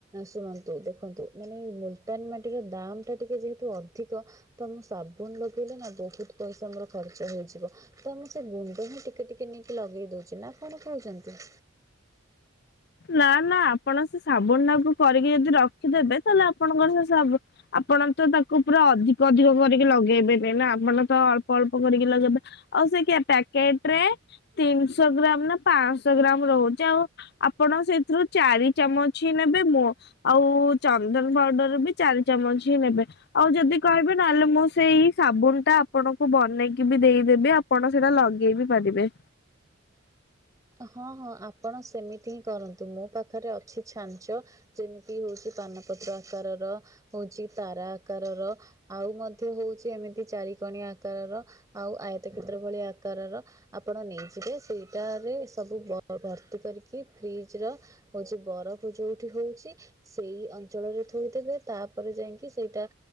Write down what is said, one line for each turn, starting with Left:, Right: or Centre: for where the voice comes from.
Right: ଶୁଣନ୍ତୁ ଦେଖନ୍ତୁ ମାନେ ମୁଲତାନ ମାଟିର ଦାମ ଟା ଟିକେ ଯେହେତୁ ଅଧିକ ତ ମୁଁ ସାବୁନ ଲଗେଇଲେ ନା ବହୁତ ପଇସା ମୋର ଖର୍ଚ୍ଚ ହେଇଯିବ। ତ ମୁଁ ସେ ଗୁଣ୍ଡ ହିଁ ଟିକେ ଟିକେ ନେଇକି ଲଗେଇ ଦଉଛି ନା କଣ କହୁଛନ୍ତି?
Left: ନା ନା ଆପଣ ସେ ସାବୁନ ଟାକୁ କରିକି ଯଦି ରଖିଦେବେ ତାହେଲେ ଆପଣଙ୍କର ସେ ସାବୁ ଆପଣ ତ ତାକୁ ପୁରା ଅଧିକ ଅଧିକ କରିକି ଲଗେଇବେନି ନା ଆପଣ ତ ଅଳ୍ପ ଅଳ୍ପ କରିକି ଲଗେଇବେ ଆଉ ସେ କିି ପ୍ୟାକେଟ ରେ ତିନିଶ ଗ୍ରାମ ନା ପାଞ୍ଚଶ ଗ୍ରାମ ରହୁଛି ଆଉ ଆପ ଆପଣ ସେଥିରୁ ଚାରି ଚାମଚଁ ନେବେ ମୋ ଆଉ ଚନ୍ଦନ ପାଉଡର ବି ଚାରି ଚାମଚ ହିଁ ନେବେ। ଆଉ ଯଦି କହିବେ ନହେଲେ ମୁଁ ସେଇଇ ସାବୁନ ଟା ଆପଣଙ୍କୁ ବନେଇକି ବି ଦେଇଦେବି ଅପ୍ ଆପଣ ସେଇଟା ଲଗେଇ ବିି ପାରିବେ।
Right: ହଁ ହଁ ଆପଣ ସେମିତି ହିଁ କରନ୍ତୁ ମୋ ପାଖରେ ଅଛି ଛାଞ୍ଛ ଯେମିତି ହଉଛି ପାନପତ୍ର ଆକାରର ହଉଛି ତାରା ଆକାରର ଆଉ ମଧ୍ୟ ହଉଛି ଏମିତି ଚାରିିକଣି ଆକାରର ଆଉ ଆୟତ କ୍ଷେତ୍ର ଭଳିଆ ଆକାରର ଆପଣ ନେଇଯିବେ ସେଇଟାରେ ସବୁ ଭର୍ତ୍ତି କରିକି ଫ୍ରିଜ ର ହଉଛି ବରଫ ଯୋଉଠି ହଉଛି ସେଇ ଅଞ୍ଚଳରେ ଥୋଇଦବେ ତାପରେ ଯାଇକି ସେଇଟା